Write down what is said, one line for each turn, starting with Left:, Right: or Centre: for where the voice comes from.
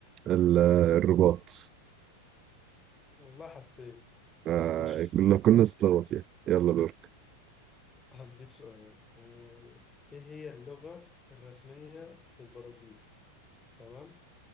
Right: ال- آه، الرباط
Left: والله حسيت
Right: آه،
Left: ماشي
Right: كل كل الناس اتلخبط فيها يلا دورك
Left: هديك سؤال آه، ايه هي اللغة الرسمية في البرازيل تمام